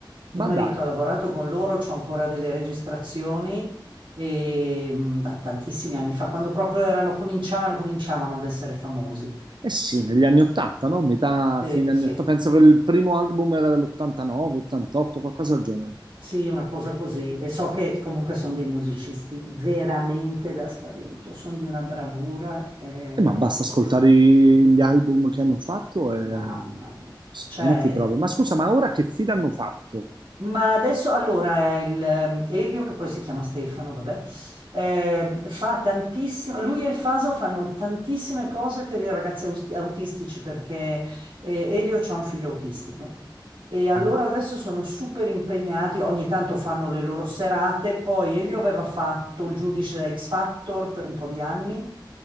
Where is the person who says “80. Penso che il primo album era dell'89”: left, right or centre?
Right